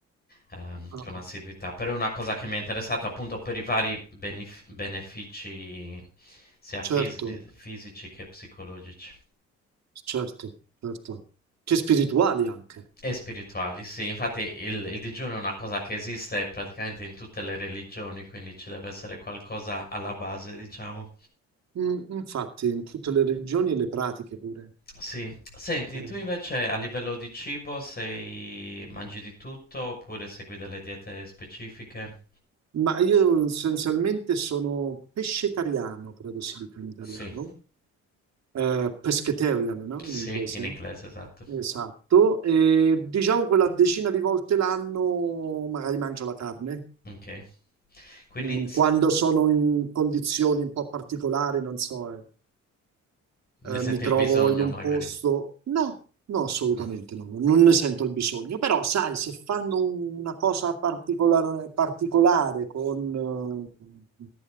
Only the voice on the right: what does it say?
Ah,
certo,
certo, certo. Che spirituali anche.
Mm, infatti, in tutte le religioni e le pratiche pure.
Eh,
Ma io essenzialmente sono pescetariano, credo si dica in italiano.
eh, pescatarian, no?
In inglese.
Esatto. E diciamo quella decina di volte l'anno magari mangio la carne,
Mm,
quando sono in condizioni un po' particolari, non so. eh
eh,
mi trovo
in un
posto. No, no, assolutamente
no, non ne sento il bisogno. Però, sai, se fanno una cosa particolare, particolare con eh,